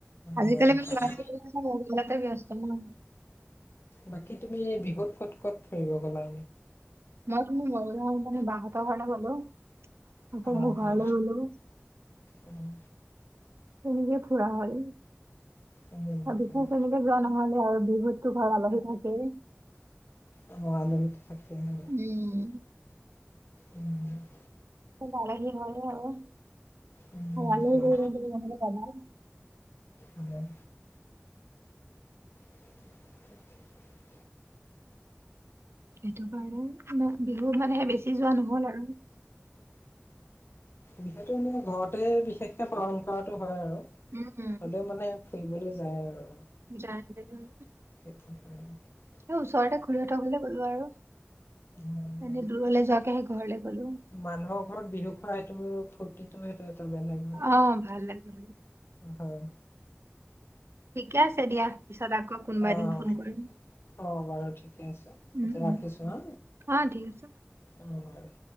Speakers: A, on the right; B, on the left.
A: আজিকালি
B: হয়
A: ম
B: হয়
A: ব্য <unintelligible> উম <inaudible>
B: বাকী তুমি বিহুত ক'ত ক'ত ফুৰিব গ'লা
A: মই তুমি ম মানে বাহতৰ ঘৰলে গলো আকৌ
B: অ'
A: মোৰ
B: হয়।
A: ঘৰলৈ গলো
B: উম,
A: তেনেকে ফুৰা হয়
B: উম,
A: আৰু বিশেষ
B: হয়।
A: তেনেকে যোৱা নহলে আৰু বিহুতটো ঘৰ আলহি থাকেই
B: অ' আলহীটো থাকে হ <inaudible>
A: উম,
B: উম <inaudible>
A: পালাহি হয় আৰু
B: উম,
A: অ
B: হয়,
A: আল
B: হয়।
A: ননেল <inaudible>
B: আম <inaudible> <unintelligible>
A: <unintelligible> <unintelligible> বিহু মানে বেছি যোৱা নহ'ল আৰু।
B: যিহেতু মানে ঘৰতে বিশেষকে পালন কৰাটো হয় আৰু। হ'লেও
A: উম,
B: মানে ফুৰিবলৈ যায় আৰু।
A: <inaudible>
B: <inaudible>
A: এ ওচৰতে ঘূৰি <unintelligible> গ'লো আৰু।
B: হয়, হয়।
A: এনেই দূৰলৈ যোৱাকেহে ঘৰলৈ গ'লো।
B: মানুহৰ ঘৰত <unintelligible> হয়।
A: অ' ভাল লাগে।
B: হয়।
A: ঠিকে আছে দিয়া পিছত আকৌ কোনোবা
B: অ',
A: এদিন ফোন কৰিম
B: অ' বাৰু ঠিকে আছে।
A: উম
B: এতিয়া
A: উম
B: ৰাখিছো হা।
A: অ ঠিক আছে
B: অ' <inaudible>